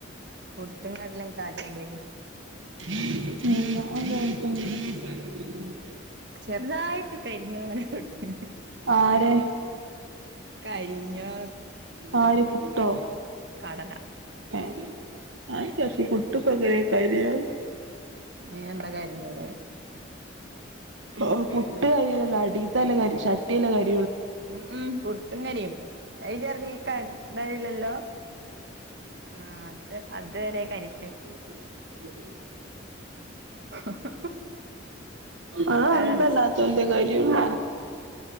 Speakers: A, on the right; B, on the right.
A: പുട്ടും കടല കാജാബീഡി
B: ന്തട്ട
A: ചെറുതായിട്ട് കരിഞ്ഞുന്ന്ട്ടെ
B: ആര്
A: കരി പിഞ്ഞാ
B: ആര് പുട്ടോ
A: കടല
B: ആ ആ പുുട്ടു വര കറിയാണ്
A: ന എന്താ കാര്യം ഇവിടെ
B: ആ കു പട്ട കരിയല്ല അടിത്ത കാര് ചട്ടിയ കയം
A: ഉ ഉം പുട്ടും കരിയും ചർണി കരില്ലല്ലോ ആ അത് അതുവരെ കരി
B: അ
A: <inaudible>
B: ആഹ് അന്തല്ല
A: അതന്നെ
B: തൊന്റെ കാര് ബ